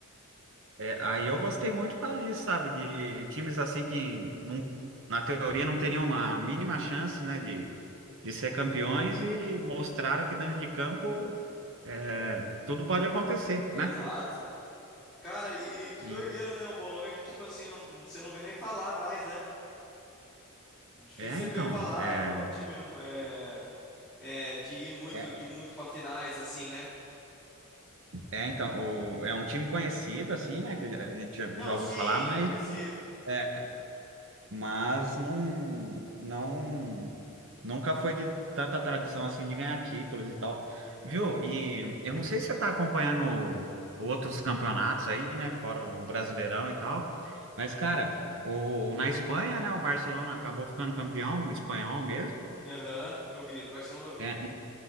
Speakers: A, on the right; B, in the centre.
A: É, aí eu gostei muito por causa disso, sabe? De times assim que, não, na teoria, não teriam uma mínima chance, né, de, de ser campeões e mostraram que dentro de campo é, tudo pode acontecer,
B: Exato.
A: né?
B: Cara, e que
A: E
B: doideira, né? O Bolonha que, tipo assim, um, você não vê nem falar mais, né? Difícil
A: é, então,
B: você ver falar,
A: é,
B: não é um time é, é, de ir muito
A: é
B: de muito para finais assim, né?
A: é, então, o- é um time conhecido, assim, né, que a gente já
B: Não,
A: já ouviu
B: sim,
A: falar, mas.
B: é conhecido.
A: é, mas não, não, nunca foi de tanta tradição assim de ganhar títulos e tal, viu? E eu não sei se você está acompanhando outros campeonatos aí, né, fora o Brasileirão e tal, mas cara, o, na Espanha, né, o Barcelona acabou ficando campeão espanhol mesmo.
B: Aham, eu vi, do Barcelona eu vi.
A: É,